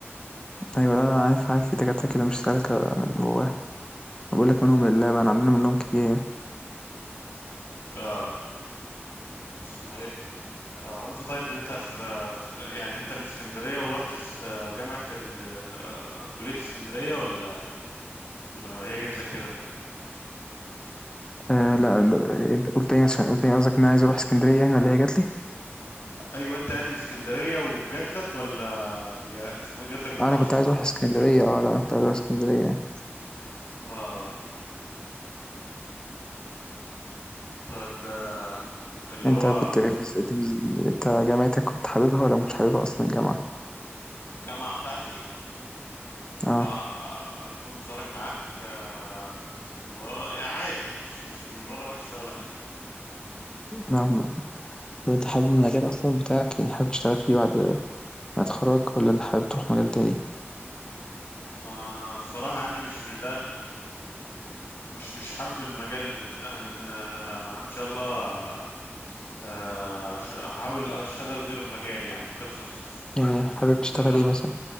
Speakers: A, on the left; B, on the left.
A: أيوه، لا، لا، عارف، عارف في دكاترة كده مش سالكة من جواها، أنا باقول لك منهم لله بقى أنا عندنا منهم كتير يعني،
B: اه اسمه ايه آه، وانت طيب انت في في- يعني انت من اسكندرية ورحت اس- جامعة ال... آه، كلية اسكندرية ولا ولا هي جات لك كده
A: آآ لأ ال أنت قُلت إيه عشان قُلت إيه قصدك إن أنا عايز أروح إسكندرية يعني والّا هي جات لي؟
B: ايوه انت يعني من اسكندرية وجات لك ولا هي اسمه ايه جات لك بالحظ
A: آه، أنا كنت عايز أروح إسكندرية آه، لأ أنا كنت عايز أروح إسكندرية يعني،
B: اه طيب آه، اللي
A: أنت
B: هو
A: كنت في- أنت أنت جامعتك كنت حاببها والّا ما كنتش حاببها أصلًا الجامعة؟
B: الجامعة بتاعتي آه،
A: آه،
B: ما آه، اكون صارح معاك آه، و- يعني عادي مش مش ولا وحشة ولا
A: نعم، طب أنت حابب المجال أصلًا بتاعك يعني حابب تشتغل فيه بعد ما تتخرّج والّا أنت حابب تروح مجال تاني؟
B: آه، الصراحة يعني مش لا مش مش حابب المجال بتاع أنا أنا إن شاء الله آه، هش- هحاول أشتغل غير مجالي يعني غير تخصصي
A: يعني حابب تشتغل
B: لو لو
A: إيه مثلًا؟